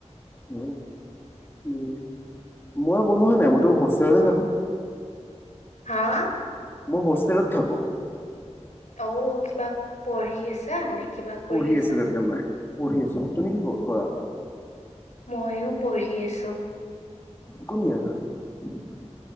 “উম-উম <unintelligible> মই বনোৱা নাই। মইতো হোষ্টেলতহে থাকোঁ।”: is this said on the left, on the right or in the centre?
Left